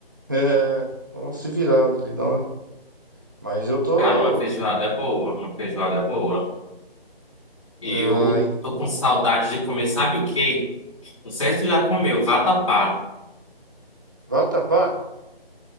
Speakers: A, on the right; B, on the left.
A: É, dá uma se virada ali, dá uma... Mas eu tô
B: Cara, uma feijoada é boa, uma feijoada é boa. E
A: ah,
B: eu
A: em
B: tô com saudade de comer, sabe o quê? Não sei se tu já comeu, vatapá.
A: vatapá.